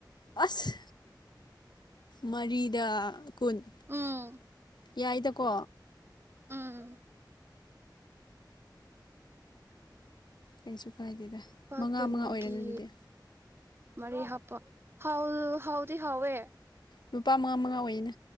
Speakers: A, on the left (about 65°); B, on the right (about 30°).
A: ꯑꯁ ꯃꯔꯤꯗ ꯀꯨꯟ
B: ꯎꯝ
A: ꯌꯥꯏꯗꯀꯣ
B: ꯎꯝ
A: ꯀꯩꯁꯨ ꯀꯥꯏꯗꯦꯗ
B: ꯄꯥꯀꯅꯤꯒꯦ
A: ꯃꯉꯥ ꯃꯉꯥ ꯑꯣꯏꯔꯅꯤ ꯑꯗꯨꯗꯤ
B: ꯃꯔꯤ ꯍꯥꯞꯄ ꯍꯥꯎ ꯍꯥꯎꯗꯤ ꯍꯥꯎꯋꯦ
A: ꯅꯨꯄꯥ ꯃꯉꯥ ꯃꯉꯥ ꯑꯣꯏꯩꯅ